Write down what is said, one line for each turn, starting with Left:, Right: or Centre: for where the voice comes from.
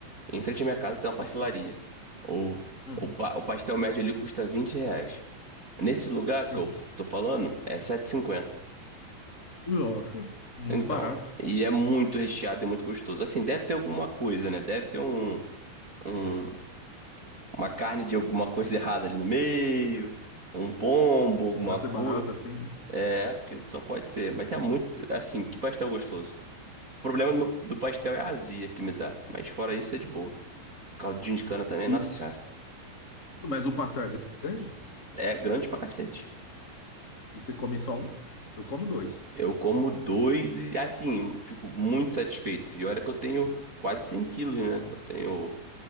Right: em frente à minha casa tem uma pastelaria. O,
Left: Hum,
Right: o, pa- o pastel médio ali custa 20 reais. Nesse lugar
Left: sim.
Right: que eu f- tô falando, é sete e cinquenta.
Left: Nossa, muito
Right: Então,
Left: barato.
Right: e é muito recheado e muito gostoso. Assim, deve ter alguma coisa, né? Deve ter um. um- uma carne de alguma coisa errada ali no meio, um pombo, alguma
Left: para ser
Right: coisa.
Left: barato assim, né?
Right: É, porque só pode ser. Mas é muito, assim, que pastel gostoso. O problema do, meu- do pastel é a azia que me dá. Mas fora isso, é de boa. Caldinho de cana também,
Left: E,
Right: nossa senhora.
Left: mas o pastel é grande?
Right: É grande pra cacete.
Left: E você come só um? Eu como dois.
Right: Eu como dois e, assim, fico muito satisfeito. E olha que eu tenho quase 100 quilos, né? Eu tenho